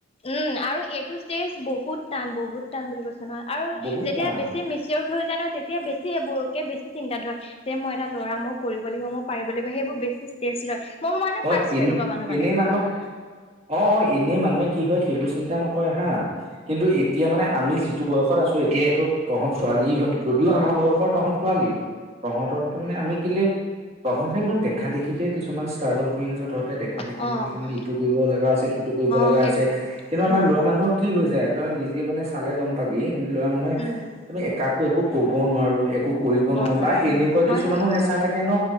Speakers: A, on the left; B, on the right.
A: উম, আৰু এইটো ষ্টেজ বহুত টান, বহুত টান বুলি কৈছ নয়' আৰু
B: বহুত
A: যেতিয়া
B: টান
A: বেছি মেচিঅ' হৈ যায় ন' তেতিয়া বেছি সেইবোৰকে বেছি চিন্তা ধৰে যে, মই এটা ল'ৰা মই কৰিব লাগিব, মই পাৰিব লাগিব, সেইবোৰ বে বেছি ট্ৰেছ লয় মই মানে
B: হয়,
A: পাইছো
B: এনে-এনেই
A: তেনেকুৱা মানুহ মানে
B: মানুহক অ', অ' এনেই মানুহে কি হয় সেইবোৰ চিন্তা নকৰে হা, কিন্তু এতিয়া মানে আমি যিটো বয়স য়সত আছোঁ এতিয়া এইটো, তহঁত ছোৱালী হয়, যদিও আমাৰ বয়সৰ তহঁত ছোৱালী। তহঁততকে মানে আমি কেলে, তহঁতে একদম দেখা দেখিকে কিছুমান ষ্ট্ৰাগল কৰি আছ তহতে, দেখা দেখি
A: অ অ অ
B: কিছুমান ইটো কৰিব লগা হৈছে, সিটো কৰিব লগা
A: অ সেইটোৱে
B: হৈছে, কিন্তু আমাৰ
A: উম
B: ল'ৰা
A: উম
B: মানুহৰ কি হৈ যায় তই নিজে মানে চালে গম পাবি, সেইবুলি ল'ৰা মানুহে
A: উম
B: তুমি কাকো একো একো ক'বও নোৱাৰো, একো কৰিব নোৱাৰো
A: নোৱাৰে
B: বা এনেকুৱা
A: উম হয়
B: কিছুমানো
A: হয়
B: হেঁচা থাকে ন,